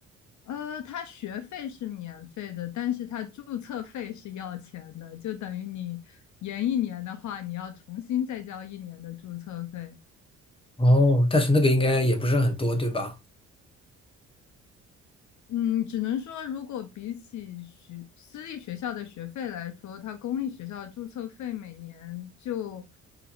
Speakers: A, on the left (about 70°); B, on the left (about 20°).
A: 呃，它学费是免费的，但是它注册费是要钱的，就等于你延一年的话，你要重新再交一年的注册费。
B: 哦，但是那个应该也不是很多，对吧？
A: 嗯，只能说，如果比起学私立学校的学费来说，它公立学校的注册费每年就